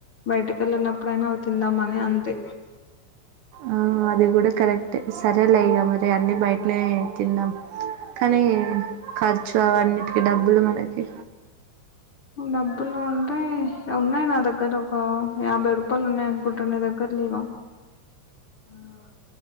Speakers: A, on the left; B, on the right.
A: బయటికి వెళ్ళినప్పుడైనా అవి తిందామ్ అని అంతే
B: ఆ అది కూడా కరెక్ట్ సరే లే ఇగా మరి అన్ని బయట నే తిన్నాం కానీ ఖర్చు అవన్నిటికి డబ్బులు మనకి
A: డబ్బులు ఉంటే ఉన్నాయి నా దగ్గర ఒక యాభై రూపాయలు ఉన్నాయి అనుకుంటా నీ దగ్గర లేవ ఉన్నాను